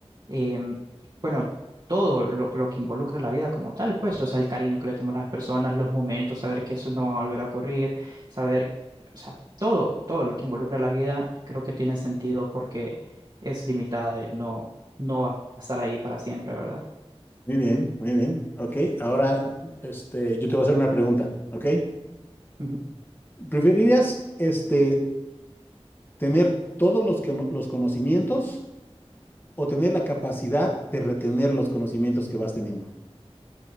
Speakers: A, on the right (about 45°); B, on the left (about 20°).
A: em, bueno, todo lo, lo que involucra la vida como tal, pues, o sea, el cariño que le tenemos a las personas, los momentos, saber que eso no va a volver a ocurrir, saber, o sea, todo, todo lo que involucra la vida creo que tiene sentido porque es limitada y no no va a estar ahí para siempre, ¿verdad?
B: Muy bien, muy bien. Ok, ahora este, yo te voy a hacer una pregunta, ¿ok?
A: Ujú.
B: ¿Preferirías este, tener todos los, que- no, los conocimientos o tener la capacidad de retener los conocimientos que vas teniendo?